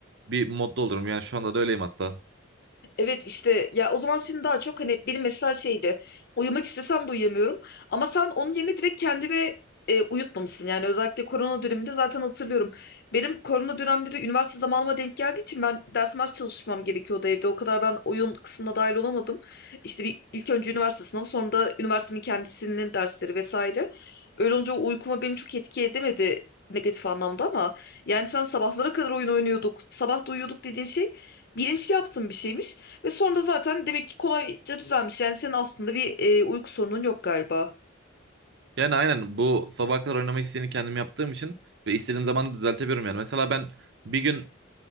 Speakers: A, on the right (about 60°); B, on the left (about 55°).
A: bir modda olurum. Yani şu anda da öyleyim hatta.
B: Evet işte ya o zaman senin daha çok hani benim mesela şeydi uyumak istesem de uyuyamıyorum ama sen onun yerine direkt kendini e, uyutmamışsın yani özellikle korona döneminde zaten hatırlıyorum. Benim korona dönemleri üniversite zamanıma denk geldiği için ben ders mers çalışmam gerekiyordu evde o kadar ben oyun kısmına dahil olamadım. İşte bir ilk önce üniversite sınavı sonra da üniversitenin kendisinin dersleri vesaire. Öyle olunca o uykuma benim çok etki edemedi negatif anlamda ama yani sen sabahlara kadar oyun oynuyorduk sabah da uyuyorduk dediğin şey bilinçli yaptığın bir şeymiş. Ve sonra da zaten demek ki kolayca düzelmiş. Yani senin aslında bir e, uyku sorunun yok galiba.
A: Yani aynen bu sabaha kadar oynama isteğini kendim yaptığım için ve istediğim zaman da düzeltebiliyorum yani. Mesela ben bir gün